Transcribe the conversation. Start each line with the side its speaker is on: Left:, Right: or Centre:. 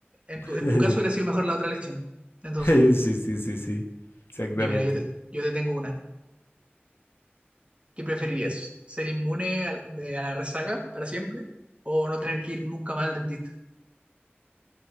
Right: En
Left: <laughs>
Right: tu, en tu caso hubiera sido mejor la otra elección. Entonces,
Left: Sí, sí, sí, sí, exactamente.
Right: ya mira, yo te, yo te tengo una. ¿Qué preferirías? ¿Ser inmune al- de- a, la resaca para siempre? ¿O no tener que ir nunca más al dentista?